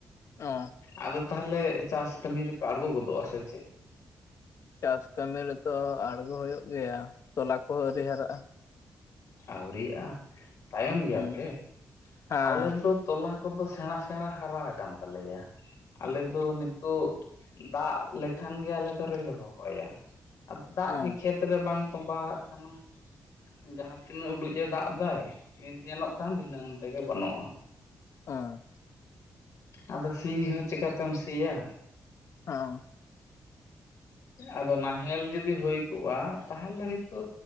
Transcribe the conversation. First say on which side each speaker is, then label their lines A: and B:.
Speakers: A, on the left; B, on the left.
A: ᱚ
B: ᱟᱫᱚ ᱛᱟᱦᱚᱞᱮ ᱪᱟᱥ ᱠᱟᱹᱢᱤ ᱨᱮᱯᱮ ᱟᱬᱜᱚ ᱜᱚᱫᱚᱜᱼᱟ ᱥᱮ ᱪᱮᱫ
A: ᱪᱟᱥ ᱠᱟᱹᱢᱤ ᱨᱮᱫᱚ ᱟᱲᱜᱚ ᱦᱩᱭᱩᱜ ᱜᱮᱭᱟ ᱛᱚᱞᱟ ᱠᱚᱦᱚᱸ ᱟᱹᱣᱨᱤ ᱦᱟᱨᱟᱜᱼᱟ
B: ᱟᱹᱣᱨᱤᱟᱜᱼᱟ ᱛᱟᱭᱚᱢ ᱜᱮᱭᱟᱯᱮ
A: ᱦᱩᱸ ᱦᱮᱸ
B: ᱟᱞᱮ ᱫᱚ ᱛᱚᱞᱟ ᱠᱚᱫᱚ ᱥᱮᱬᱟ ᱥᱮᱬᱟ ᱦᱟᱨᱟ ᱟᱠᱟᱱ ᱛᱟᱞᱮᱭᱟ ᱟᱞᱮ ᱫᱚ ᱱᱤᱛᱚᱜ ᱫᱟᱜ ᱞᱮᱠᱷᱟᱱ ᱜᱮ ᱟᱞᱮ ᱫᱚᱞᱮ ᱨᱚᱦᱚᱭᱟ ᱟᱫᱚ ᱫᱟᱜ
A: ᱚ
B: ᱜᱮ ᱠᱷᱮᱛ ᱨᱮ ᱵᱟᱝ ᱛᱚᱸᱵᱟ ᱦᱟᱜ ᱠᱟᱱᱟ ᱡᱟᱦᱟᱸ ᱛᱤᱱᱟᱹᱜ ᱩᱰᱩᱡ ᱮ ᱫᱟᱜ ᱮᱫᱟ ᱱᱤᱛ ᱧᱮᱞᱚᱜ ᱠᱟᱱ ᱫᱷᱤᱱᱟᱹᱝ ᱛᱮᱜᱮ ᱵᱟᱹᱱᱩᱜᱼᱟ
A: ᱚᱸ
B: ᱟᱫᱚ ᱥᱤ ᱦᱚᱸ ᱪᱤᱠᱟᱛᱮᱢ ᱥᱤᱭᱟ?
A: ᱦᱚᱸ
B: ᱟᱫᱚ ᱱᱟᱦᱮᱞ ᱡᱩᱫᱤ ᱦᱩᱭ ᱠᱚᱜᱼᱟ᱾ ᱛᱟᱦᱚᱞᱮᱭ ᱛᱚ